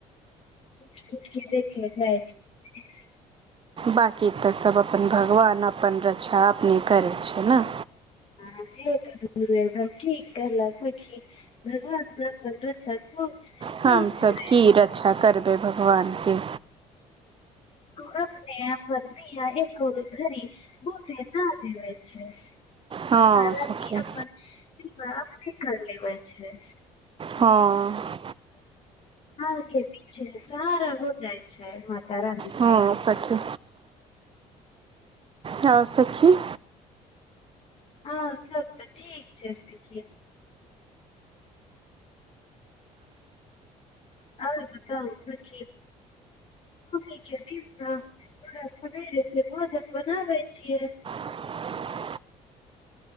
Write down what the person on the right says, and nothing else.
बाँकी तऽ सब अपन भगवान अपन रक्षा अपने करै छै ने
हमसब
की
रक्षा करबै भगवान के
हँ
सखी
हँ
हां
सखी हां सखी
<unintelligible>